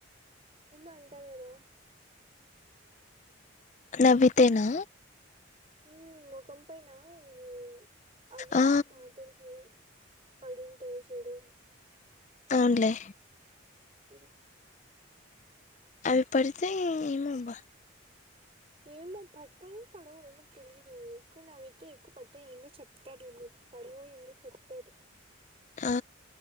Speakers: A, on the right (about 30°); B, on the left (about 35°).
A: ఎందు అంటారు కదా
B: నవ్వితేనా
A: హ ముఖం పైన ఇది అవ్వలికి,
B: ఆ
A: తాతలకి పడింటే చెడు
B: అవునులే
A: అ
B: అవి పడితే ఏమబ్బా
A: ఏమో పడతాయో పడవు ఏమో తెలీదు ఎక్కువ నవ్వితే ఎక్కువ పడతాయి. ఎన్నో చెప్తారు న పడవు ఎన్నో చెప్తారు.
B: ఆ